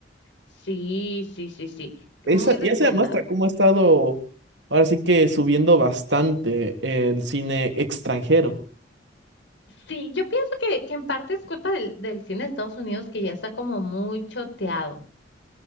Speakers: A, on the left; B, on the right.
A: Sí, sí, sí, sí,
B: Esa,
A: muy recomendada.
B: ya se demuestra cómo ha estado, ahora sí que subiendo bastante el cine extranjero.
A: Sí, yo pienso que, que en parte es culpa del, del cine de Estados Unidos que ya está como muy choteado.